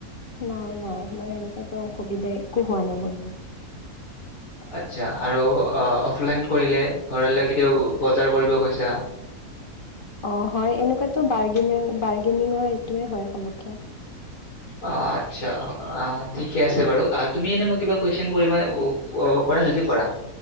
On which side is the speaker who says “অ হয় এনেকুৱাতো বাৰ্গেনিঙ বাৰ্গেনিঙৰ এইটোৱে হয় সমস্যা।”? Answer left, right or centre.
Left